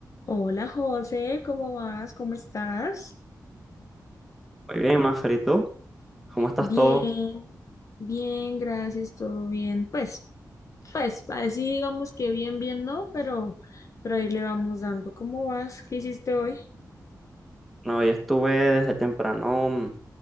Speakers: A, on the left; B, in the centre.
A: Hola José, ¿cómo vas? ¿Cómo estás?
B: Muy bien, Mafer, ¿y tú? ¿Cómo estás
A: Bien,
B: todo?
A: bien, gracias, todo bien. Pues, pues, así digamos que bien, bien no, pero, pero ahí le vamos dando. ¿Cómo vas? ¿Qué hiciste hoy?
B: No, hoy estuve desde temprano mm,